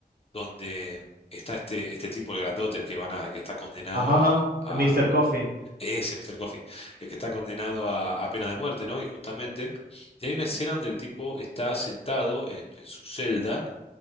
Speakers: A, on the left; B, on the right.
A: donde está este, este tipo, el grandote, el que van a, el que está condenado
B: ajá, ajá.
A: a, a
B: Mr. Coffee,
A: ese Mr. Coffee, el que está condenado a, a pena de muerte, ¿no? Y justamente, y hay una escena donde el tipo está sentado en en su celda